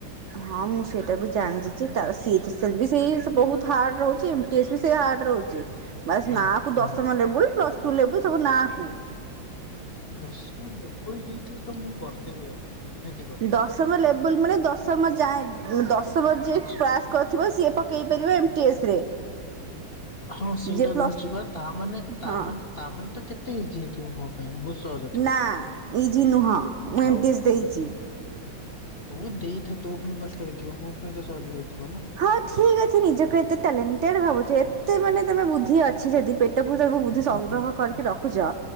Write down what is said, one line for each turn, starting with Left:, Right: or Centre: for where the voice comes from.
Right: ହଁ ମୁଁ ସେଇଟା ବି ଜାଣିଛି ଯେ ତାର ସି ଏଚ୍ ସି ଏଲ୍ ବି ସେଇ ବହୁତ ହାର୍ଡ଼ ରହୁଛି। ବି ସେ ହାର୍ଡ ରହୁଛି। ବାସ୍
Left: ହଁ
Right: ନାଁ କୁ
Left: ହଁ
Right: ଦଶମ ଲେବୁଲ, ପ୍ଲସ ଟୁ ଲେବୁଲ ସବୁ ନାଁ କୁ।
Left: ଦଶମ ଲେବଲ ହେଇଥିଲେ ତ ମୁଁ କରିଦେବି ଆଉ। ନିହାତି କରିଦେବି।
Right: ଦଶମ ଲେବୁଲ ମାନେ ଦଶମ ଯାଏ, ଦଶମ ଯିଏ
Left: ଆଚ୍ଛା
Right: କରିଥିବ ସିଏ ପକେଇ ପାରିବ ଏମ୍ ଟି ଏସ୍ ରେ।
Left: ହଁ ସେଇଟା
Right: ଯିଏ ପ୍ଲସ
Left: କହୁଛି ବା ତା ମାନେ-ତା
Right: ହଁ
Left: ମାନେ-ତା ମାନେ ତ କେତେ ଇଜି। ଥିବ ମୋ ପାଇଁ ବହୁତ ସହଜ ଥିବ।
Right: ନା ଇଜି ନୁହଁ ମୁଁ
Left: ହଉ।
Right: ଏମଟିଏସ୍ ଦେଇଛି।
Left: ତୁ ଦେଇଥା ତୋ ପାଇଁ କଷ୍ଟ ହେଇଥିବ। ମୋ ପାଇଁ ତ ସହଜ ହେଇଥିବ ନା।
Right: ହଁ ଠିକ୍ ଅଛି ନିଜକୁ ଏତେ ଟ୍ୟାଲେଣ୍ଟେଡ ଭାବୁଛ। ଏତେ ମାନେ ତମେ ବୁଦ୍ଧି ଅଛି ଯଦି ପେ ଟକୁ ତାକୁ ବୁଦ୍ଧି
Left: ହୁଁ
Right: ସଂଗ୍ରହ
Left: ହୁଁ ହୁଁ
Right: କରିକି
Left: ହୁଁ
Right: ରଖୁଛ